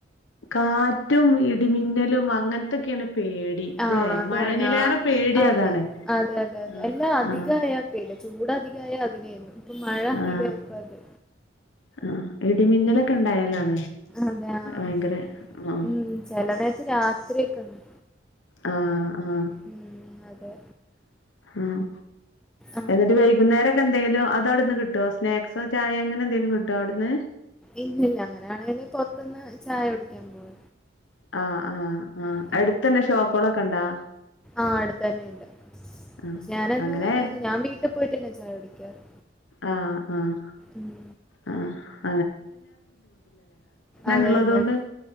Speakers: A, on the left; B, in the centre.
A: കാറ്റും ഇടിമിന്നലും അങ്ങനത്തൊക്കെയാണ് പേടി
B: ആ
A: ല്ലേ
B: അതാണ്
A: മഴേനിലേറെ
B: ആ
A: പേടി
B: അതെ
A: അതാണ്
B: അതെ അതെ അതെ
A: ആഹ്
B: എല്ലാം അധികയാൽ
A: ആഹ്
B: പേടിയ ചൂടധികാ ചൂടായാൽ അതിനെലും ഇപ്പൊ മഴ അധിക
A: ആഹ്
B: ആയപ്പം അത്
A: ആഹ് ഇടിമിന്നലൊക്കെ
B: ഉം
A: ഉണ്ടായാലാണേ
B: അതെ ആഹ്
A: ഭയങ്കര ആ
B: ഉം ചെല നേരത്ത് രാത്രിയൊക്കെണ്ട്
A: ആഹ് ആഹ്
B: ഉം അതെ
A: ഉം
B: ആഹ്
A: എന്നിട്ട് വൈകുന്നേരംക്കെ എന്തെങ്കിലും അത അവിടുന്ന് കിട്ടോ സ്നാക്സോ ചായ അങ്ങനെ എന്തെങ്കിലും കിട്ടോ അവിടുന്ന്
B: ഇല്ലല്ല അങ്ങനെയാണെങ്കി പൊറത്തുന്ന് ചായ കുടിക്കാൻ പോവ
A: ആഹ് ആഹ്
B: ആ
A: അടുത്തന്നെ ഷോപ്പുകളൊക്കെ ഉണ്ടാ
B: ആഹ് അടുത്ത തന്നെണ്ട്
A: ആഹ്
B: ഞാനെന്നും
A: അങ്ങനെ
B: അങ്ങനല്ല ഞാൻ വീട്ടിൽ പോയിട്ടന്നെ ചാ കുടിക്കാറ്
A: ആഹ്
B: ഉം
A: ആഹ് ആ
B: അതെ
A: ഉള്ളത്
B: അതും
A: കൊണ്ട്